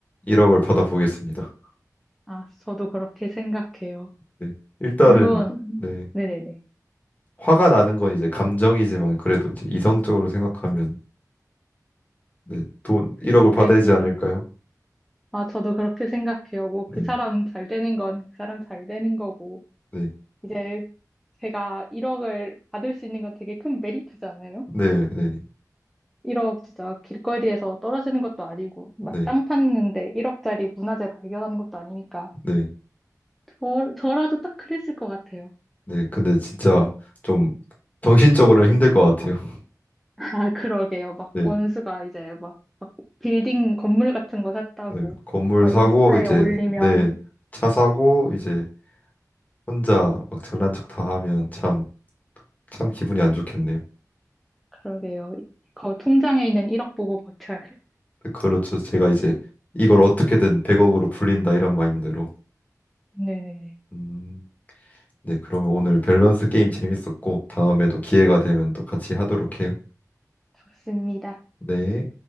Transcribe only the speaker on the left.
1억을 받아보겠습니다.
네. 일단은
네.
화가 나는 건 이제 감정이지만 그래도 이제 이성적으로 생각하면 네. 돈
1억을 받아야지
않을까요?
음,
네.
네, 네, 네.
네.
네.
네. 근데 진짜 좀 정신적으로는 힘들 것 같아요. <laughs>
네.
네. 건물
사고
이제
네. 차 사고 이제 혼자 막 잘난 척 다 하면 참, 참 기분이 안 좋겠네요.
그렇죠. 제가 이제 이걸 어떻게든 100억으로 불린다 이런 마인드로.
음, 네, 그러면 오늘 밸런스 게임 재밌었고 다음에도 기회가 되면 또 같이 하도록 해요.
네.